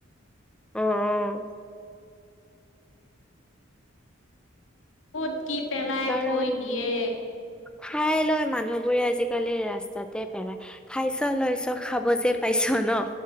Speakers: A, in the centre; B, on the left.
A: অ অ।
B: কত কি পেলাই
A: কাৰণ
B: থৈ দিয়ে?
A: খাই লৈ মানুহবোৰে আজিকালি ৰাস্তাতে পেলায় খাইছ লৈছ খাব যে পাইছ ন,